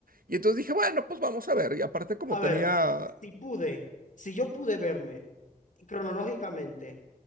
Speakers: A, on the right; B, on the left.
A: Y entonces dije, bueno, pues vamos a ver. Y aparte, como
B: A ver,
A: tenía
B: si pude, si yo pude verme cronológicamente